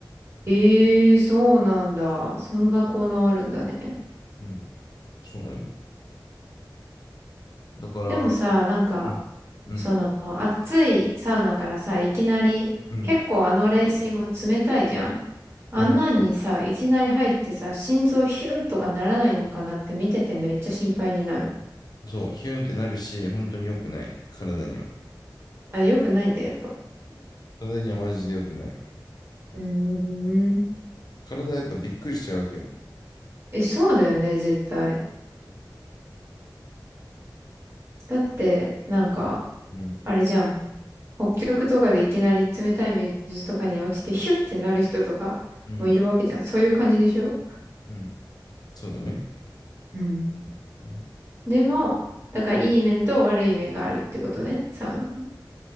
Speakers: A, on the right; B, on the left.
A: ええー、そうなんだ。
B: そう、
A: そんな効能あるんだね。
B: うん、そうなんよ。だから、
A: でもさ、なんか、
B: うん、うん、
A: その、暑いサウナからさ、いきなり、
B: うん、
A: 結構あの冷水も冷たいじゃん。あんなんにさ、
B: うん、
A: いきなり入ってさ、心臓ヒュンとかならないのかなって見ててめっちゃ心配になる。
B: そう、ヒュンってなるし、本当に良くない、体には。
A: あ、良くないんだよ、やっぱ。
B: 体にはマジで良くない。
A: うーん。
B: 体やっぱびっくりしちゃうわけよ。
A: え、そうだよね、絶対。だって、なんか、
B: うん、
A: あれじゃん。北極とかでいきなり冷たい水とかに落ちてヒュッてなる人とかもいるわけじゃん。
B: うん、
A: そういう感じでしょ
B: うん。そうだね。
A: うん。
B: うん
A: でも、だからいい面と悪い面があるってことね、サウナ。